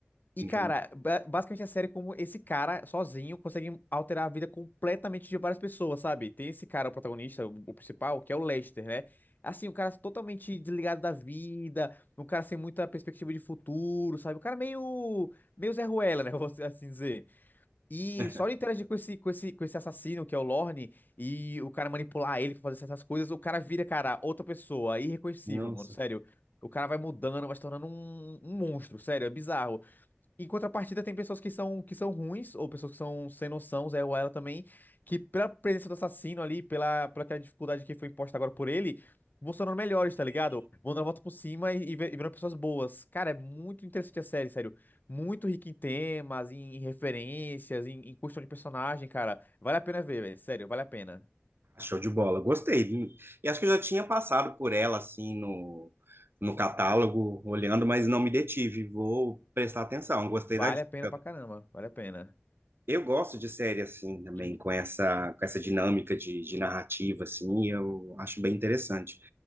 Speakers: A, on the left; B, on the right.
A: E,
B: entendi.
A: cara, ba- basicamente a série é como esse cara, sozinho, consegue alterar a vida completamente de várias pessoas, sabe? Tem esse cara, o protagonista, o, o principal, que é o Lester, né? Assim, um cara totalmente desligado da vida, um cara sem muita perspectiva de futuro, sabe? O cara meio, meio Zé Ruela, né? <laughs> Vou assim dizer. E
B: <laughs>
A: só ele interagir com esse, com esse, com esse assassino, que é o Lorne, e o cara manipular ele pra fazer certas coisas, o cara vira, cara, outra pessoa, é irreconhecível,
B: Nossa,
A: mano, sério. O cara vai mudando, vai se tornando um, um monstro, sério, é bizarro. Em contrapartida, tem pessoas que são, que são ruins, ou pessoas que são sem noção, Zé Ruela também, que pela presença do assassino ali, pela, pela aquela dificuldade que foi imposta agora por ele, vão se tornando melhores, tá ligado? Vão dando a volta por cima e, e, ve- e virando pessoas boas. Cara, é muito interessante a série, sério. Muito rica em temas, em, em referências, em, em questão de personagem, cara. Vale a pena ver, velho. Sério, vale a pena.
B: show de bola. Gostei. viu? E acho que eu já tinha passado por ela assim no, no catálogo, olhando, mas não me detive. Vou prestar atenção. Gostei
A: Vale
B: da dica.
A: a pena pra caramba. Vale a pena.
B: Eu gosto de série assim também,
A: Hum,
B: com essa com essa dinâmica de, de narrativa assim, eu acho bem interessante.